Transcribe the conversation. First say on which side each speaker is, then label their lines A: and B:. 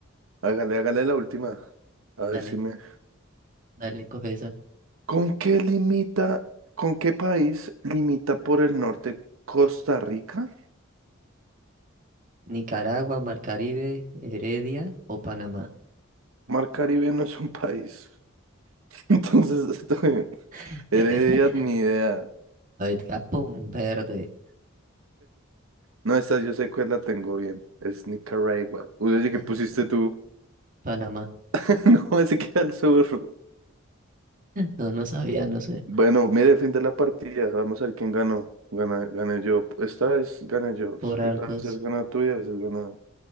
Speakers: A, on the right; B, on the right.
A: Hágale, hágale la última. A ver
B: Dale,
A: si me...
B: dale, coge esa.
A: ¿Con qué limita, con qué país limita por el norte Costa Rica?
B: Nicaragua, Mar Caribe, Heredia o Panamá.
A: Mar Caribe no es un país. <laughs> Entonces, <laughs>
B: <laughs>
A: Heredia, ni idea.
B: Ahorita, capón verde.
A: No, esta yo sé cuál la tengo bien. Es Nicaragua. Uy, oye, ¿qué
B: Ah,
A: pusiste tú?
B: Panamá.
A: <laughs> No, ese queda al sur.
B: No, no sabía, no sé.
A: Bueno, mire, fin de la partida. Vamos a ver quién ganó. Gana, gané yo. Esta vez gané yo.
B: Por
A: Es que
B: hartos.
A: a veces gana tú y a veces gana,